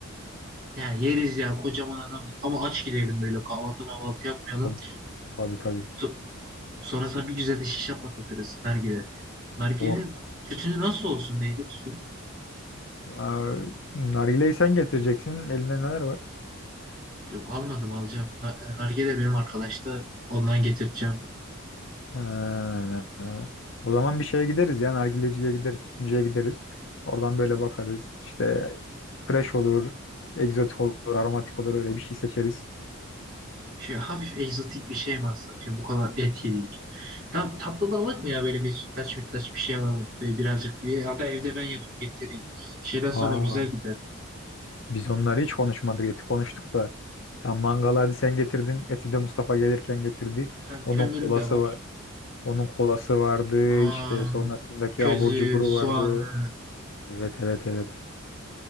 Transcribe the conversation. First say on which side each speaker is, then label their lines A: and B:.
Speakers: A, on the right; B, on the left.
A: Yani yeriz ya kocaman adamız. Ama aç gidelim böyle kahvaltı mahvaltı yapmayalım.
B: Tabii tabii. tabii.
A: So sonra sana bir güzel de şişe patlatırız nargile. Nargilenin
B: Oh.
A: tütünü nasıl olsun neydi tütün?
B: Aa, nargileyi sen getireceksin. Elinde neler var?
A: Yok, almadım alacağım. Na- e, Nargile benim arkadaşta ondan getireceğim.
B: Ha, o zaman bir şeye gideriz ya. Nargileciye gideriz, sütüncüye gideriz. Oradan böyle bakarız. İşte fresh olur, egzotik olur, aromatik olur öyle bir şey seçeriz.
A: Şey hafif egzotik bir şey mi alsak? Şimdi bu kadar et yedik. Tamam tatlı da alak mı ya böyle bir sütlaç mütlaç bir şey alalım. Böyle birazcık bir ya da evde ben yapıp getireyim. Şeyden
B: Aa,
A: sonra güzel gider.
B: biz onları hiç konuşmadık. Eti konuştuk da. Tam mangalı hadi sen getirdin. Eti de Mustafa gelirken getirdi.
A: Tamam
B: Onun
A: kömürüm
B: kolası
A: de var.
B: var. Onun kolası vardı.
A: Aa,
B: İşte sonrasındaki
A: közü,
B: abur cuburu
A: soğanı
B: vardı. Evet evet evet.